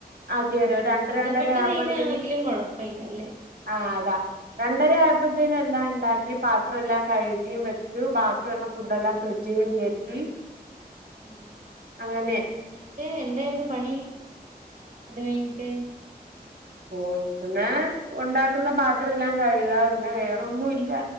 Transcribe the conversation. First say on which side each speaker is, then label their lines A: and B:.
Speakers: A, on the right; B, on the right.
A: <unintelligible>
B: ആഹ്
A: രണ്ട്
B: ഇഷ്ടപ്പെട്ട്
A: രണ്ടര ആയപ്പത്തിന്
B: ചെയ്താണെങ്കിലും കൊഴപ്പല്ല അല്ലേ
A: ആഹ അതാ രണ്ടര ആയപ്പത്തേന അല്ല ഉണ്ടാക്കി പാത്ര എല്ലാം കഴുകിയും വെച്ചു ബാക്കി വന്ന ഫുഡ് എല്ലാം ഫ്രിഡ്ജിലും കേറ്റി.
B: ഉ
A: അങ്ങനെ
B: എന്നിട്ട് എന്തായിരുന്നു പണി? അത് കഴിഞ്ഞിട്ട്?
A: ഓ പിന്നെ ഉണ്ടാക്കുന്ന പാത്രംല്ലാം കഴുക പിന്നെ വേറെൊന്നും ഇല്ല.